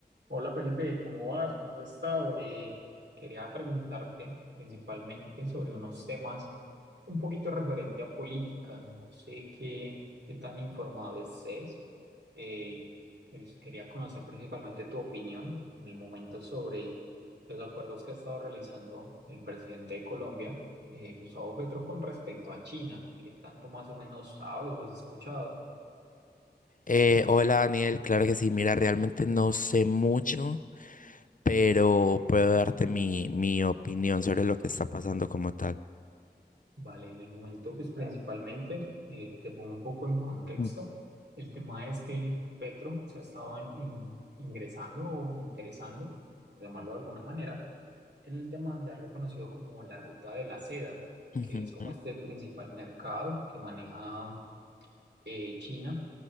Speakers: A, on the right; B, on the left.
A: Hola Felipe, ¿cómo vas? ¿Cómo has estado? Eh, quería preguntarte principalmente sobre unos temas un poquito referente a política. No sé qué, qué tan informado estés. Eh, pues, quería conocer principalmente tu opinión en el momento sobre los acuerdos que ha estado realizando el presidente de Colombia, eh, Gustavo Petro, con respecto a China. ¿Qué tanto más o menos sabes o has escuchado?
B: Eh, hola Daniel, claro que sí, mira, realmente no sé mucho, pero puedo darte mi, mi opinión sobre lo que está pasando como tal.
A: Vale, en el momento, pues principalmente, eh, te pongo un poco en contexto.
B: Mm.
A: El tema es que Petro se ha estado in- ingresando o interesando, por llamarlo de alguna manera, en el tema de algo conocido como la ruta de la seda,
B: Ujú,
A: que es como
B: ujú.
A: este principal mercado que maneja eh, China.